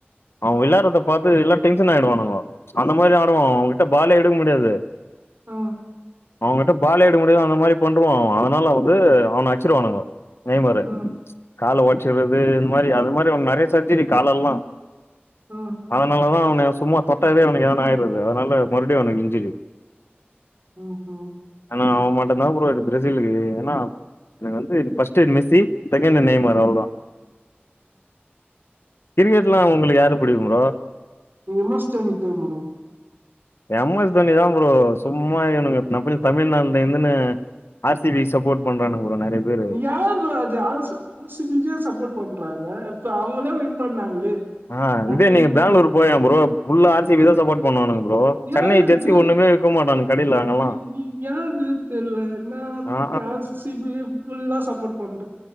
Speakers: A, on the left; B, on the right.
A: அவ விளையாறத பாத்து எல்லா டென்ஷன் ஆயிடுவானுங்கோ அந்த மாரி ஆடுவா அவ அவங்கிட்ட பாலே எடுக்க முடியாது
B: ஆ
A: அவங்கிட்ட பாலே எடுக்க முடியாது அந்த மாரி பண்ருவா அவ அதனால வந்து அவன அச்சிருவானுங்கோ நெய்மாறு
B: ம்
A: காலை ஓச்சறது இந்த மாரி அது மாரி ஒன் நெறைய சர்ஜரி காலெல்லா
B: ம்
A: அதனாலதா அவ ன சும்மா தொட்டாதே அவனக்கு எதனா ஆயிறது அதனால மறுபடியு அவனுக்கு இன்ஞ்சுரி
B: ஹ ஹ
A: ஆ அவமாட்டந்தா ப்ரோ இது பிரெசிலுக்கு ஏனா எனக்கு வந்து பஸ்டு மெஸ்ஸி செகண்டு நெய்மாறு அவ்ள்தா கிரிகெ ட்னா உங்களுக்கு யாரு புடிக்கு ப்ரோ
B: நெமோஸ்தா நிட்டு ப்ரோ
A: எம் எஸ் தோனி தா ப்ரோ சும்மா இவனுக நம் பெரி தமிழ்நாடுல இருந்துனு ஆர் சி பி சப்போர்ட் பண்றானுங்க ப்ரோ நெறைய பேரு
B: யா ப்ரோ அது ஆசு ஆர் சி பி க்கே சப்போர்ட் பண்றாங்க சோ அவங்களே வின் பண்ணாங்களே
A: ஆ
B: அது
A: இதே நீங்க பேங்களூர் போயே ப்ரோ புல்லா ஆர் சி பி தா சப்போர்ட் பண்ணுவானுங்க ப்ரோ
B: யாது
A: சென்னை ஜெர்சி
B: இது
A: ஒண்ணுமே விக்க மாட்டானுங்க கடைல அங்கெல்லா
B: யூமி யாது தெர்ல என்னாத்துக்கு
A: ஆ
B: ஆசு சி பி ஃபுல்லா சப்போர்ட் பண்ணு